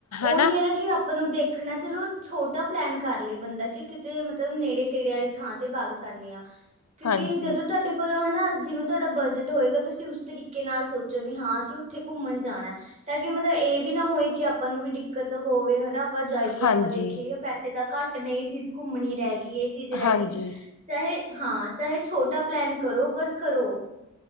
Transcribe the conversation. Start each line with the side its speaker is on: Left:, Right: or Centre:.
Right: ਉਹੀ
Left: ਹਨਾ
Right: ਹੈ ਨਾ ਕਿ ਆਪਾਂ ਨੂੰ ਦੇਖਣਾ ਚਲੋ ਛੋਟਾ ਪਲੈਨ ਕਰ ਲਏ ਬੰਦਾ ਕਿ ਕਿਤੇ ਮਤਲਬ ਨੇੜੇ ਤੇੜੇ ਵਾਲੀ ਥਾਂ ਤੇ ਬਗ ਜਾਂਦੇ ਹਾਂ ਕਿਉਂਕਿ
Left: ਹਾਂਜੀ
Right: ਜਦੋਂ ਤੁਹਾਡੇ ਕੋਲੋਂ ਹੈਨਾ। ਜਿਵੇਂ ਤੁਹਾਡਾ ਬਜਟ ਹੋਏਗਾ, ਤੁਸੀਂ ਉਸ ਤਰੀਕੇ ਨਾਲ ਸੋਚੋ ਵੀ ਹਾਂ ਅਸੀਂ ਉੱਥੇ ਘੁੰਮਣ ਜਾਣਾ ਤਾਂ ਕਿ ਮਤਲਬ ਇਹ ਵੀ ਨਾ ਹੋਏ ਕਿ ਆਪਾਂ ਨੂੰ ਵੀ ਦਿੱਕਤ ਹੋਵੇ ਹਨਾ ਆਪਾਂ ਜਾਈਏ
Left: ਹਾਂਜੀ
Right: ਆਪਾਂ ਦੇਖੀਏ ਪੈਸੇ ਤਾਂ ਘੱਟ ਨੇ ਇਹ ਚੀਜ਼ ਘੁੰਮਣੀ ਰਹਿ ਗਈ ਇਹ ਚੀਜ਼ ਰਹਿ
Left: ਹਾਂਜੀ
Right: ਗਈ ਚਾਹੇ ਹਾਂ ਚਾਹੇ ਛੋਟਾ ਪਲੈਨ ਕਰੋ ਪਰ ਕਰੋ।